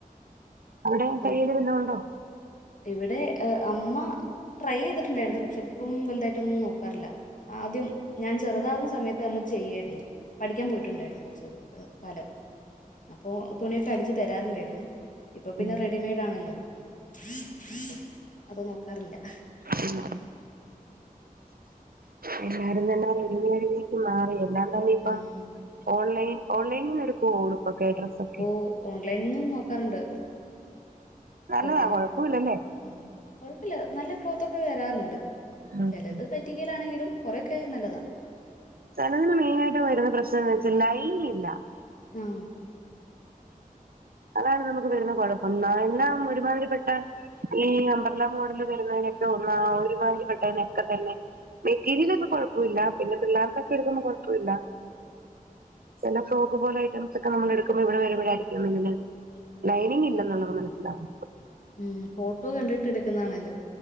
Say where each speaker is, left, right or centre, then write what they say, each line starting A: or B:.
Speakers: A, on the right (about 85°); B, on the left (about 60°).
A: അവിടെ
B: പിന്നെ
A: തൈയ്യല് വല്ലോണ്ടോ?
B: ഇവിടെ ഏഹ് അമ്മ ട്രൈ ചെയ്തിട്ടുണ്ടായിരുന്നു പക്ഷെ ഇപ്പം വെലുതായിട്ടൊന്നും നോക്കാറില്ലാ ആദ്യം ഞാൻ ചെറുതാവ്ന്ന സമയത്ത് അമ്മ ചെയ്യായിരുന്നു പഠിക്കാൻ പോയിട്ടുണ്ടായിരുന്നു കൊർ ച്ച് ഏഹ് കാലം അപ്പൊ തുണിയൊക്കെ അടിച്ച് തരാറുണ്ടായിരുന്നു ഇപ്പൊ പിന്നെ
A: ഉം
B: റെഡിമെയ്ഡ് ആണല്ലോ അപ്പം അത് നോക്കാറില്ലാ
A: ഉം എല്ലാരും തന്നെ റെഡിമെയ്ഡിലേക്ക് മാറിയോ? എല്ലാം തന്നെ ഇപ്പം
B: ഉം
A: ഓൺലൈൻ ഓൺലൈനീന്ന് എടുക്കുവോ ഉടുപ്പൊക്കെ ഡ്രസ്സൊക്കെ?
B: ഓ ഓൺലൈനിന്നും നോക്കാറുണ്ട്
A: നല്ലതാ
B: റെഡിമെയ്ഡ്
A: കൊഴപ്പയില്ലാ
B: ഉം കൊഴപ്പയില്ലാ നല്ല ക്ലോത്തൊക്കെ വെരാറ്ണ്ട്
A: ഉം
B: ചെലത് പറ്റ് റ്റിക്കലാണെങ്കിലും കൊറെയൊക്കെ നല്ലതാ
A: ചെലതിന് മെയിനായിട്ട് വരുന്ന പ്രശ്നന്ന് വെച്ചാ ലൈനിങ് ഇല്ലാ
B: ആഹ്
A: അതാണ് നമ്മക്ക് വരുന്ന കൊഴപ്പം ന എല്ലാം ഒരുമാതിരിപ്പെട്ട ഈ അമ്പ്രല്ലാ മോഡലില് വരുന്നതിനൊക്കെ ഒന്നാ ഒരു മാതിരി പെട്ടതിനൊക്കെ തന്നെ മെറ്റീരിയല് ഒക്കെ കൊഴപ്പൊയില്ലാ പിന്നെ പിള്ളേർക്കൊക്കെ എടുക്കുമ്പം കൊഴപ്പവില്ലാ ചെല ഫ്രോക്ക് പോലെ ഐറ്റംസ് ഒക്കെ നമ്മള് എടുക്കുമ്പോ ഇവിടെ വരുമ്പഴായിരിക്കും <unintelligible> ലൈനിങ് ഇല്ലെന്നുള്ളത് മനസ്സിലാവുന്നത്.
B: ഉം ഫോട്ടോ കണ്ടിട്ട് എടുക്കുന്നതാണേലും